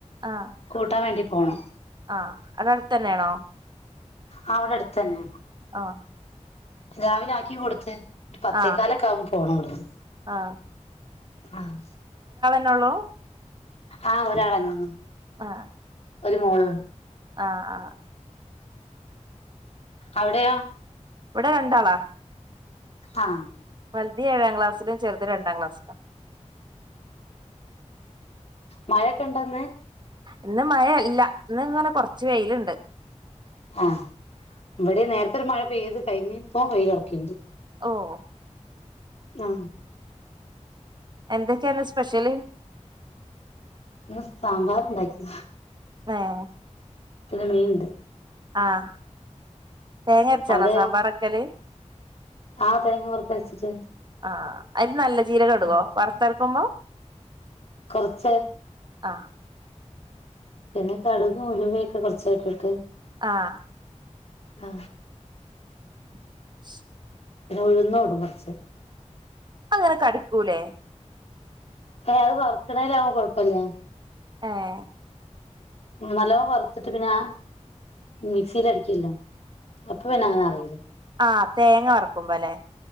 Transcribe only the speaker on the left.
കൂട്ടാൻ വേണ്ടി പോണം
ആ അവിടെ അടുത്തു തന്നെ
രാവിലെ ആക്കി കൊടുത്ത് ഒരു പത്തേക്കാലൊക്കെ
ആകുമ്പ പോണം ഇവിടുന്ന്
ആഹ്
ആഹ് ഒരാളന്നേള്ളൂ
ഒരു മോളുൺ
അവിടെയോ
ആഹ്
മഴയൊക്കെ ഇണ്ടൊന്ന്
ആഹ് ഇവിടെ നേരത്തെ ഒരു മഴ പെയ്ത് കഴിഞ്ഞ് ഇപ്പോ വെയിലൊറക്ക്ണ്ട്
ആഹ്
ഇന്ന് സാമ്പാർ ണ്ടാക്കി
ന്ന് മീ ഇണ്ട്
അവിടെയോ
ആഹ് തേങ്ങ വറുത്തരച്ചിട്ട്
ആഹ്
കൊറച്ച്
പിന്നെ കടുകും ഉലുവയൊക്കെ കുറച്ചായിട്ടിട്ട്
ആ
ഉഴുന്നുടും കുറച്ച്
ഏ അത് പറക്കണേല അവൻ കൊഴപ്പില്ല
നല്ലോണം വറുത്തിട്ട് പിന്നെ മിക്സിൽ അടിക്കല്ലോ അപ്പൊ പിന്നെ അങ്ങനെ അറിയൂലെ